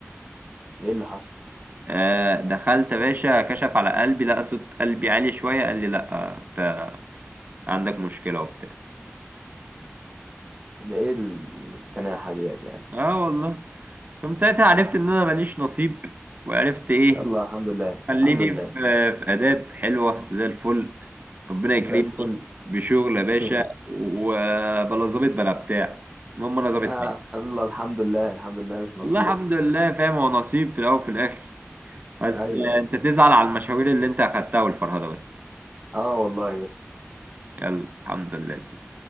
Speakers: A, on the right; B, on the right.
A: ايه اللي حصل
B: آه دخلت يا باشا كشف على قلبي لقى صوت قلبي عالي شوية قال لي لأ انت عندك مشكلة وبتاع
A: ده ايه التناحة ديت يعني
B: اه والله فمن ساعتها عرفت ان انا ماليش نصيب وعرفت ايه
A: يلا الحمد لله
B: خليني
A: الحمد لله
B: في في آداب حلوة زي الفل ربنا يكرمني
A: زي الفل
B: بشغل يا باشا
A: <laughs>
B: وبلا ظابط بلا بتاع المهم انا ظابط
A: يا
B: حالي
A: الله الحمد لله الحمد لله مش نصيبك
B: والله الحمد لله فاهم هو نصيب في الاول وفي الاخر بس
A: ايوه
B: آه،
A: ايوه
B: انت تزعل على المشاوير اللي انت اخدتها والفرهدة بس
A: اه والله بس
B: يلا الحمد لله زميلي